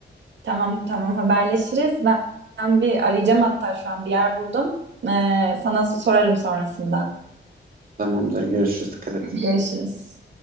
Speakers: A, on the right; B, on the right.
A: Tamam tamam haberleşiriz. Ben, ben bir arayacağım hatta şu an bir yer buldum. Ee, sana sorarım sonrasında.
B: Tamamdır görüşürüz. Dikkat et.
A: Görüşürüz.